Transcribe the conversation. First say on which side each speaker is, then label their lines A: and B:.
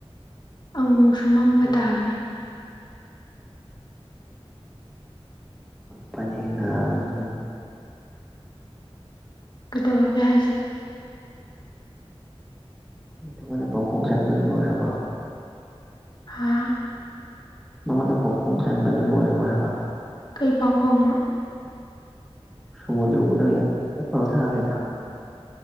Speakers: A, on the left; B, in the centre.
A: ꯑꯃꯨꯛꯁꯨ ꯃꯝꯕ
B: ꯅꯪꯒ
A: ꯇꯥꯕꯅꯦ
B: ꯄꯅꯦꯅ ꯑꯣꯏꯔ
A: ꯀꯩꯗꯧꯔꯛꯒꯦ ꯍꯥꯏꯁꯦ
B: ꯑꯩ ꯊꯧꯒꯅ ꯄ ꯍꯣꯡ ꯆꯟꯕꯗꯨ ꯂꯣꯏꯔꯕ
A: ꯍꯥꯥ
B: ꯃꯉꯣꯟꯗ ꯄꯥꯎꯈꯣꯡ ꯆꯟꯕꯗꯨ ꯂꯣꯏꯔꯔꯣꯏ ꯍꯥꯏꯕ
A: ꯀꯩ ꯄꯥꯈꯣꯡꯉꯅꯣ
B: ꯁꯨꯃꯨꯗ꯭ꯔ ꯎꯗ ꯑꯦꯄꯜ ꯁꯥꯕꯩꯗꯣ